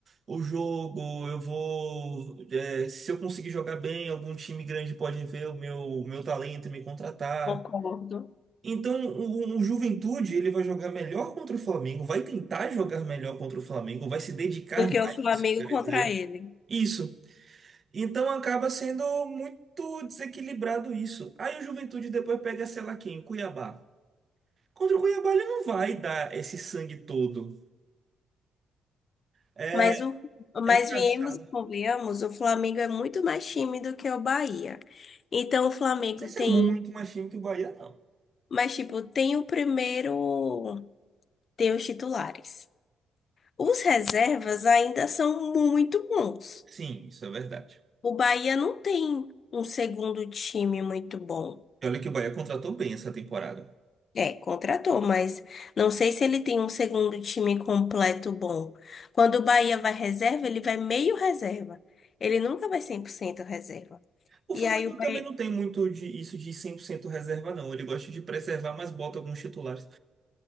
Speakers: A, on the right; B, on the left.
A: o jogo. Eu vou. é, Se eu conseguir jogar bem, algum time grande pode ver o meu, meu talento e me contratar.
B: concordo.
A: Então, o, o Juventude, ele vai jogar melhor contra o Flamengo, vai tentar jogar melhor contra o Flamengo, vai se dedicar
B: Do que
A: mais,
B: o Flamengo
A: isso que eu quero
B: contra
A: dizer.
B: ele.
A: Isso. Então acaba sendo muito desequilibrado isso. Aí o Juventude depois pega, sei lá quem, o Cuiabá. Contra o Cuiabá ele não vai dar esse sangue todo. É,
B: Mas, o, mas
A: é engraçado.
B: viemos e
A: Não
B: convenhamos, o Flamengo é muito mais time do que o Bahia. Então, o Flamengo
A: sei se
B: tem,
A: é muito mais time que o Bahia, não.
B: mas tipo, tem o primeiro, tem os titulares. Os reservas ainda são muito bons.
A: Sim, isso é verdade.
B: O Bahia não tem um segundo time muito bom.
A: E olha que o Bahia contratou bem essa temporada.
B: É, contratou, mas não sei se ele tem um segundo time completo bom. Quando o Bahia vai reserva, ele vai meio reserva. Ele nunca vai 100% reserva.
A: O
B: E
A: Flamengo
B: aí o Bahia
A: também não tem muito de isso de 100% reserva, não. Ele gosta de preservar, mas bota alguns titulares.